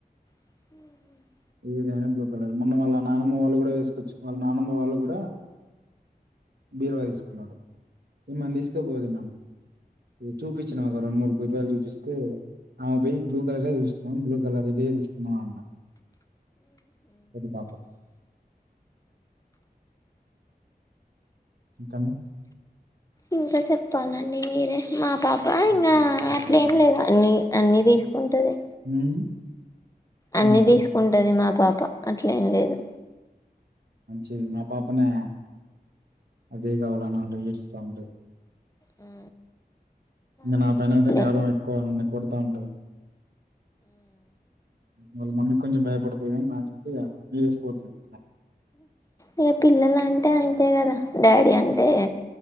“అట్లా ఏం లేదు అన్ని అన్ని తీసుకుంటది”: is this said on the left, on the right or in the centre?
Left